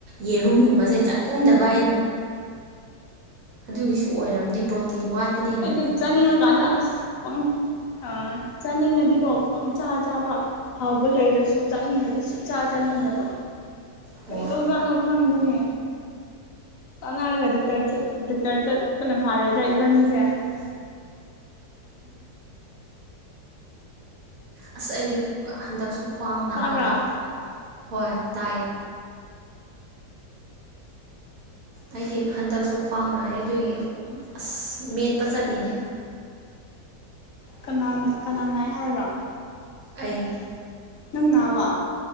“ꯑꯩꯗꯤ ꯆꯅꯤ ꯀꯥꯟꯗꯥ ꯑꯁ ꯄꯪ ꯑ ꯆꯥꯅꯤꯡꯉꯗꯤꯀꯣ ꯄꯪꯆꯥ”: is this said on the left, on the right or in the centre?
Left